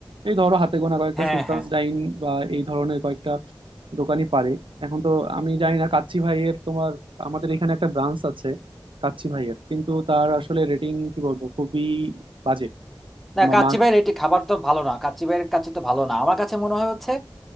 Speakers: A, on the right; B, in the centre.
A: এই ধরো হাতে গোনা কয়েকটা
B: হ্যাঁ
A: সুলতানস
B: হ্যাঁ
A: ডাইন বা এই ধরনের কয়েকটা দোকানই পারে এখন তো আমি জানি না কাচ্চি ভাইয়ের তোমার আমাদের এখানে একটা ব্রাঞ্চ আছে কাচ্চি ভাইয়ের কিন্তু তার আসলে রেটিং কি বলবো খুবই বাজে তোমার
B: না কাচ্চি
A: মা
B: ভাইয়ের এটি খাবার তো ভালো না কাচ্চি ভাইয়ের কাচ্চি তো ভালো না আমার কাছে মনে হয় হচ্ছে